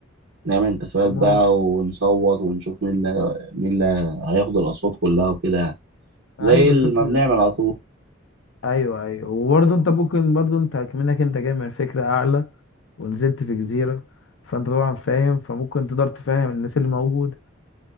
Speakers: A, on the right; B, on the left.
A: نعمل انتخابات
B: طب
A: بقى
B: ما هو ممكن
A: ونصوت ونشوف مين اللي مين اللي هياخد الأصوات كلها وكده يعني. زي
B: ايوه
A: ما
B: شفت
A: بنعمل على طول
B: ايوه ايوه وبرضه انت ممكن برضه انت كمنك انت جاي من فكره اعلى ونزلت في جزيره فانت طبعا فاهم فممكن تقدر تفهم الناس اللي موجود